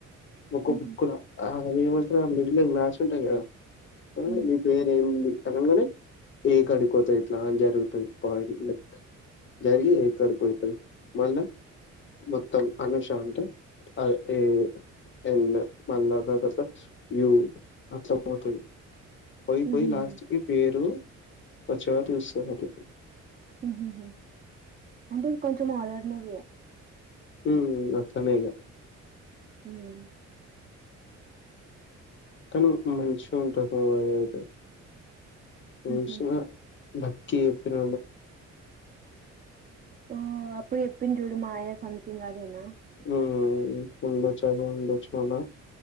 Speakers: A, on the left; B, on the right.
A: ఒక్క
B: హుహు.
A: బుక్కలో ఆ ఏం అంటరు ఆ మిది మీద గ్లాస్ ఉంటది గద ఆ
B: హ్మ్.
A: నీ పేరు ఏముంది అర్థంకాలే ఏకాడి కోతా ఇట్ల అంజ పెరుగుతాయి పాయిట్ లెక్ జరి జరికడుకైతై మళ్ళ మొత్తం అనుష అంటే అదే ఏ ఎల్ మళ్ళా దాదత యువ్ అట్ల పోతాయి పోయి
B: హుహుహు.
A: పోయి లాస్ట్ కి పేరు పచా తెలుస్తది హక
B: హమ్ హమ్ హమ్ అంటే ఇది కొంచెం హార్రర్ మూవీఏ
A: హమ్ అట్లనేయిగ
B: హమ్
A: కనీ మంచిగా ఉంటంది అయితే హమ్
B: హుహు.
A: కే ఎప్పిన
B: ఆ అప్పుడు చెపుంటివి చూడు మాయా సమంతింగ్ అదేనా
A: హమ్ ఉండొచ్చు అదే ఉండొచు మల